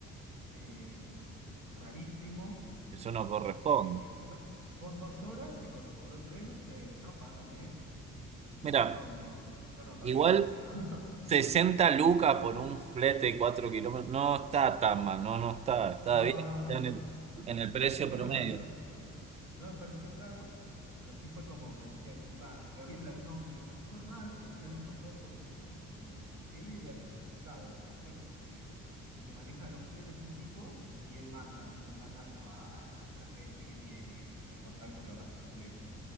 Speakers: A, on the right; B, on the right.
A: eh, rarísimo.
B: Eso no corresponde.
A: Eh, tenó- fueron dos horas y con nos cobró tres, no sé, terminamos pagándole. eh, mi
B: Mira,
A: novia le pagó. Yo no pagué,
B: igual.
A: pero. <laughs>
B: sesenta lucas por un flete de 4 kilómetros. No está tan mal, no, no está. Está
A: No,
B: bien,
A: no,
B: está
A: no.
B: en el,
A: A,
B: en el precio
A: a mí
B: promedio.
A: no me pareció. No me pareció caro, pero sí fue como peché encima, porque habían, la- no, lo que fue raro es que le habían pasado otro precio a mi novia, como que él era tercerizado, ¿viste? Como que el que maneja los fletes es un tipo y él manda, ¿viste? Él manda como a, a la gente que tiene, con los contactos que capaz tiene flete,